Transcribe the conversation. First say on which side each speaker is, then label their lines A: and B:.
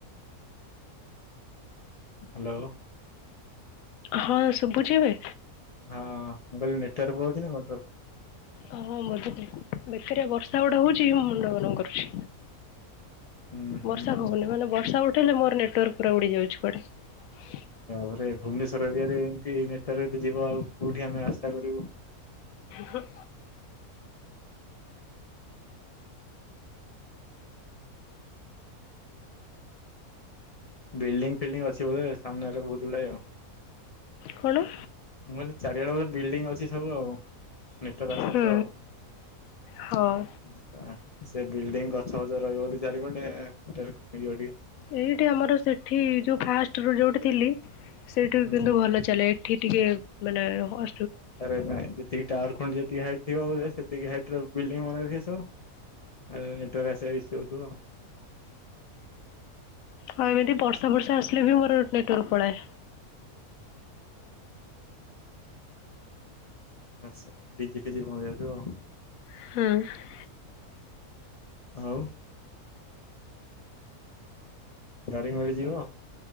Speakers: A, on the left; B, on the left.
A: ହ୍ୟାଲୋ
B: ହଁ ଶୁଭୁଛିି ଏବେ?
A: ହଁ ମୁଁ କହିଲି ନେଟୱାର୍କ ନା? <unintelligible>
B: ଓ ହଁ ବେକାରିଆ ବର୍ଷା ଗୋଟେ ହଉଛି ମୁଁ ମୁଣ୍ଡ ଗରମ କରୁଛି।
A: ହୁଁ ହୁଁ
B: ବର୍ଷା ହଉନି ମାନେ ବର୍ଷା ଉଠେଇଲେ ମୋର ନେଟୱାର୍କ ପୁରା ଉଡ଼ି ଯାଉଛି କୁଆଡ଼େ।
A: ତାପରେ ଭୁବନେଶ୍ଵର ଏରିଆରେ ଏମିତି ନେଟୱର୍କ ଯିବ ଆଉ କୋଉଁଠି ଆମେ ଆଶା କରିବୁ?
B: ହୁଁ
A: ବିଲ୍ଡିଙ୍ଗ ଫିଲ୍ଡିଙ୍ଗଂ ଅଛି ବୋଧେ ସାମ୍ନାରେ ବହୁତ ଗୁଡ଼ାଏ ଆଉ।
B: କଣ?
A: ମୁଁ କହିଲି ଚାରିଆଡେ ବିଲ୍ଡିଂ ଅଛି ସବୁ ଆଉ। ନେଟୱର୍କ ଆସୁନଥିବ
B: ହୁଁ।
A: ଆଉ।
B: ହଁ
A: ସେ ବିଲଡିଂ ଗଛ ପଛ ରହିବ ବୋଲି ଚାରି ପଟେ ନେଟୱର୍କ ମିଳିବନି।
B: ଏଇଠି ଆମର ସେଠି ଯୋଉଁ ଫାଷ୍ଟ ର ଯୋଉଁଠି ଥିଲି ସେଇଠି
A: ହୁଁ
B: କିନ୍ତୁ ଭଲ ଚାଲେ ଏଠି ଟିକେ ମାନେ ହ
A: ଆରେ ନାଇଁ ଯେତିକି ଟାୱାର ଖୁଣ୍ଟି ଯେତିକି ହାଇଟ ଥିବ ବୋଲେ ସେତିକି ହାଇଟ ବିଲ୍ଡିଂ ବନେଇ ଥିବେ ସବୁ। ଆଉ ନେଟୱର୍କ ଆସିବା ଇସୁ ହଉଥିବ।
B: ହଁ ଏମିତି ବର୍ଷା ବର୍ଷା ଆସିଲେ ବି ମୋର ନେଟୱାର୍କ ପଳାଏ।
A: ଆଛା ଡିଜି ଫିଜି ବନ୍ଦ ହେଇଯାଉଥିବ।
B: ହୁଁ।
A: <unintelligible> ଦାରିଙ୍ଗବାଡ଼ି ଯିବ?